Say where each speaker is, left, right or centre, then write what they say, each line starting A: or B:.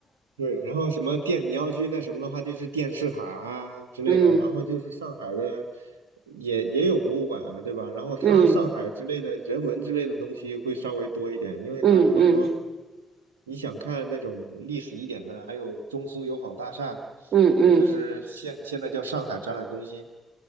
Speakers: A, on the right (about 80°); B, on the right (about 55°).
A: 对，然后什么电，你要去那什么的话，就是电视塔啊之类的，
B: 嗯
A: 然后就是上海的也也有博物馆啊，对吧？然后它上海之类的人文之类的东西会稍微多一点，
B: 嗯
A: 因为它比方说
B: 嗯嗯
A: 你想看那种历史一点的，还有中苏友好大厦，
B: 嗯嗯。
A: 就是现现在叫上海展览中心，